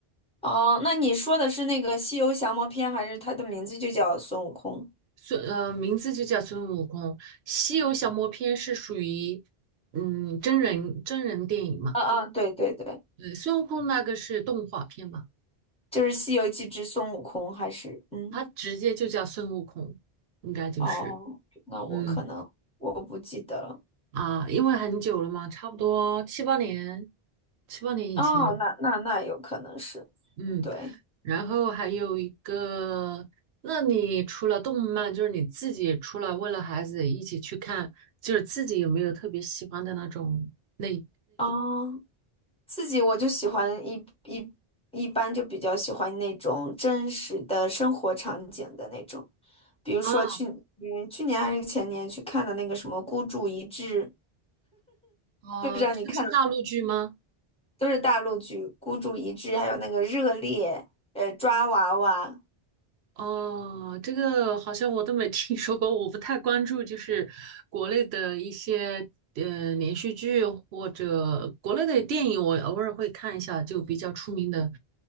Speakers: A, in the centre; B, on the right.
A: 哦，那你说的是那个《西游降魔篇》，还是它的名字就叫孙悟空？
B: 孙呃，名字就叫孙悟空，《西游降魔篇》是属于嗯真人真人电影嘛，
A: 嗯嗯，对对对，
B: 对，孙悟空那个是动画片嘛，
A: 就是《西游记之孙悟空》，还是嗯
B: 它直接就叫孙悟空，应该就是
A: 哦，那我可能我不记得了。
B: 嗯。啊，因为很久了嘛，差不多七八年，七八年以前了。
A: 哦，那那那有可能是
B: 嗯，
A: 对
B: 然后还有一个，那你除了动漫，就是你自己除了为了孩子一起去看，就是自己有没有特别喜欢的那种类？
A: 哦，自己我就喜欢一一一般就比较喜欢那种真实的生活场景的那种，比如说去嗯去年还是前年去看的那个什么《孤注一掷》，
B: 啊，啊，
A: 不知道你看。
B: 这个是大陆剧吗？
A: 了。都是大陆剧，《孤注一掷》还有那个《热烈》，呃，《抓娃娃》
B: 哦，这个好像我都没听说过，我不太关注，就是国内的一些呃连续剧或者国内的电影，我偶尔会看一下，就比较出名的，